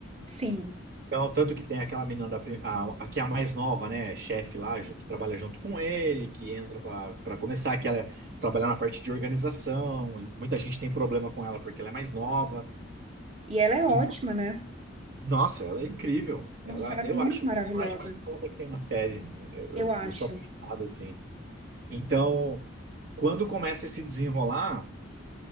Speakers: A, on the right (about 30°); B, on the right (about 50°).
A: Sim.
B: Então, tanto que tem aquela menina da, pri- a, a, que é a mais nova, né? Chefe lá, ju- que trabalha junto com ele, que entra para começar, que ela trabalha na parte de organização. e muita gente tem problema com ela porque ela é mais nova.
A: E ela é ótima,
B: Então,
A: né?
B: nossa, ela é incrível.
A: Nossa,
B: Ela,
A: ela é
B: eu
A: muito
B: acho
A: maravilhosa.
B: o personagem mais foda que tem na série. Eu, eu,
A: Eu acho.
B: eu sou apaixonado, assim. Então, quando começa a se desenrolar.